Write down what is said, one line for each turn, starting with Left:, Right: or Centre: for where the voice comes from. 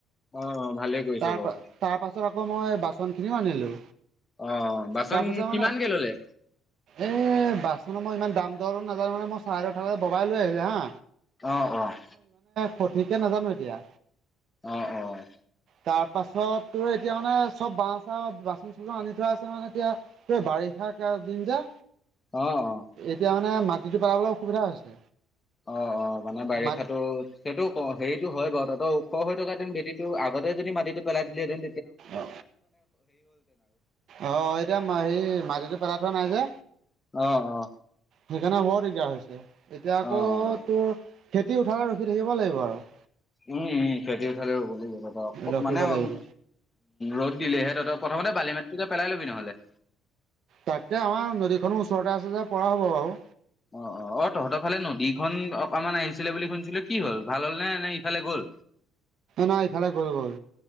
Left: অ', অ', ভালে কৰিছ
Right: তাৰ
Left: বাৰু
Right: পা তাৰ পাছত আকৌ মই বাচন খিনিও আনিলো।
Left: অ', বাচন
Right: তাৰপিছত
Left: কিমানকে
Right: মানে
Left: ল'লে?
Right: এ বাচনৰ মই ইমান দাম দৰ নাজানো মানে মই চাইডত থাকতে ববাই লৈ আহিলে হা।
Left: অ অহ।
Right: সঠিকে নাজানো এতিয়া।
Left: অ অ।
Right: তাৰ পাছত তোৰ এতিয়া মানে চব বাঁহ চাহ বাচন চাচন আনি থোৱা আছে মানে এতিয়া তোৰ বাৰিষা কেয়া দিন যে।
Left: অ অ
Right: এতিয়া মানে মাটিটো পেলাবলে অসুবিধা হৈছে।
Left: অ অ মানে বাৰিষাটো
Right: মাত
Left: সেইটো হেৰিতো হয় বাৰু তাতো খ হৈ থকাতিন ভেটিটো আগতে যদি মাটিটো পেলাই থলিহেতেন
Right: অ অহ এতিয়া সেই মাটিটো পেলা থোৱা নাই যে।
Left: অ অ।
Right: সেইকাৰণে বৰ দিগদাৰ হৈছে এতিয়া আকৌ
Left: অ', অ',
Right: তোৰ খেতি উঠালে ৰখি থাকিব লাগিব আৰু।
Left: উম উম খেতি উঠালে ৰব লাগিব। অত
Right: ৰখিব
Left: মানে উম,
Right: লাগিব
Left: ৰ'দ দিলে সিহঁতৰ প্ৰথমতে বালিমাতটো পেলাই ল'বি নহ'লে।
Right: তাকে আমাৰ নদীখনো ওচৰতে আছে যে পৰা হ'ব বাৰু।
Left: অ', অ, অ', তহঁতৰ ফালে নদীখন অ, অকমান আহিছিলে বুলি শুনিছিলো কি হ'ল ভাল হ'ল নে নে ইফালে গ'ল।
Right: নাই এইফালে গল গল,